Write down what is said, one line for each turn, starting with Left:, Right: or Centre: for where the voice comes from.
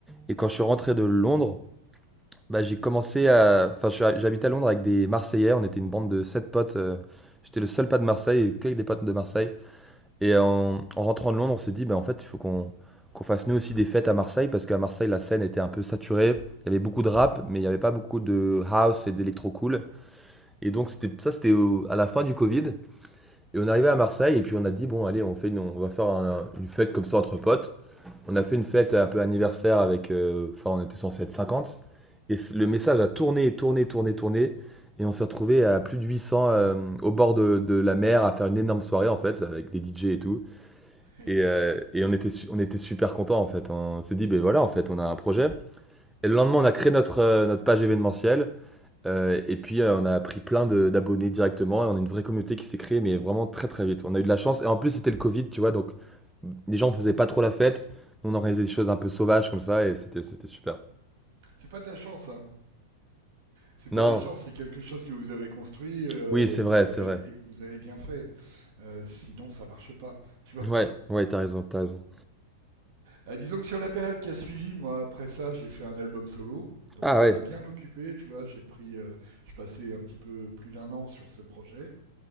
Centre: Et quand je suis rentré de Londres, bah, j'ai commencé à, enfin, je suis à- j'habitais à Londres avec des Marseillais. On était une bande de sept potes. euh, J'étais le seul pas de Marseille et que des potes de Marseille. Et en, en rentrant de Londres, on s'est dit, bah, en fait, il faut qu'on qu'on fasse nous aussi des fêtes à Marseille parce qu'à Marseille, la scène était un peu saturée. Il y avait beaucoup de rap, mais il n'y avait pas beaucoup de house et d'électro cool. Et donc c'était ça, c'était au- à la fin du Covid. Et on arrivait à Marseille et puis on a dit bon allez, on fait une- on va faire un- une fête comme ça entre potes. On a fait une fête un peu anniversaire avec, euh, enfin on était censé être 50. Et c- le message a tourné, tourné, tourné, tourné. Et on s'est retrouvé à plus de 800 euh, au bord de, de la mer à faire une énorme soirée en fait avec des DJ et tout.
Right: <laughs>
Centre: Et, euh, et on était su- on était super contents en fait. On s'est dit ben voilà en fait on a un projet. Et le lendemain on a créé notre euh, notre page événementielle. Heu et puis, heu, on a pris plein de d'abonnés directement et on a une vraie communauté qui s'est créée, mais vraiment très, très vite. On a eu de la chance et en plus, c'était le covid, tu vois? Donc, mmh, les gens faisaient pas trop la fête. Nous, on organisait des choses un peu sauvages comme ça et c'était c'était super.
Right: C'est pas de la chance, hein. C'est pas
Centre: Non,
Right: de la chance, c'est quelque chose que vous avez construit euh,
Centre: oui, c'est
Right: et
Centre: vrai,
Right: que vous
Centre: c'est
Right: avez
Centre: vrai.
Right: et que vous avez bien fait. Euh, sinon, ça marche pas. Tu vois.
Centre: Ouais,
Right: <laughs>
Centre: ouais, t'as raison, t'as raison.
Right: Ah, disons que sur la période qui a suivi, moi, après ça, j'ai fait un album solo. Donc,
Centre: Ah
Right: qui
Centre: ouais,
Right: m'a bien occupé, tu vois. J'ai pris, euh, j'ai passé un petit peu plus d'un an sur ce projet.